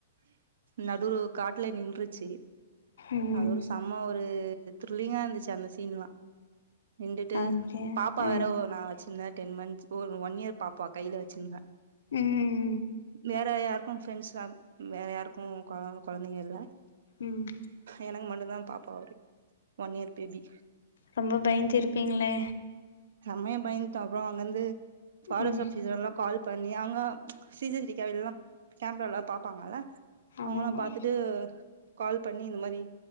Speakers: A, on the right; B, on the left.
A: நடுவுல ஒரு காட்டுல நின்றுச்சு
B: ம்
A: அதோட சா சும்மா ஒரு த்ரில்லிங்கா இருந்துச்சு அந்த சீன்லா நின்டுட்டு
B: அப்டியா
A: பாப்பா
B: ஆ
A: வேற நா வச்சிர்ந்தே டென் மந்த்ஸ் ஒரு ஒன் இயர் பாப்பா கைல வச்சிர்ந்த
B: ம்
A: வேற யாருக்கு ஃப்ரெண்ட்ஸ்லா வேற யாருக்கு கொ கொழந்தைங்க ல்ல
B: ம்
A: எனக்கு மட்டுந்தா பாப்பா அவரு ஒன் இயர் பேபி
B: ரொம்ப பயந்துருப்பீங்களே
A: செமய பயந்ட்டோ அப்புற அங்கந்து ஃபாரஸ்ட்
B: ம்
A: ஆபீசர் எல்லா கால் பண்ணி அங்க சிசி சிட்டி கேவலாம் கேம்ரா ல்லா பாப்பாங்கல்ல அவங்கலா
B: ஆமா ஆமா
A: பாத்துட்டு கால் பண்ணி இந்த மாரி